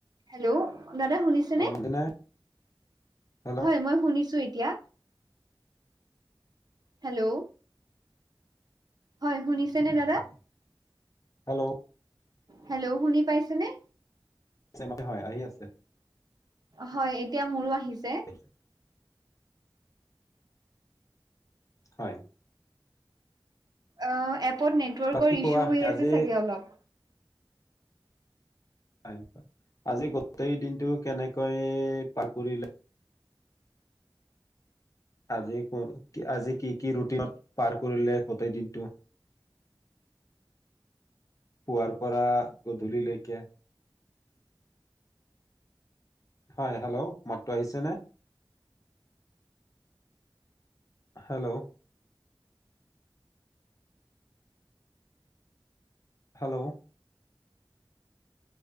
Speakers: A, on the right; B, on the left.
A: Hello, দাদা শুনিছেনে?
B: মোৰ মাতনে হেল্ল'
A: হয় মই শুনিছো এতিয়া। হেল্ল'? হয় শুনিছেনে দাদা?
B: হেল্ল'?
A: হেল্ল' শুনি পাইছেনে?
B: <unintelligible> হয় আহি আছে।
A: হয় এতিয়া মোৰো আহিছে।
B: <unintelligible> হয়।
A: অ এপত নেটৱৰ্কৰ
B: বাকী
A: ইছ্যু
B: কোৱা
A: হৈ
B: আজি
A: আছে চাগে অলপ।
B: <unintelligible> আজি গোটেই দিনটো কেনেকৈ পাৰ কৰিলা? আজি ক কি আজি কি কি ৰুটিনত পাৰ কৰিলে গোটেই দিনটো?
A: <inaudible>
B: পুৱাৰ পৰা গধূলি লৈকে হয় হেল্ল' মাতটো আহিছে নে? হেল্ল'? হেল্ল'?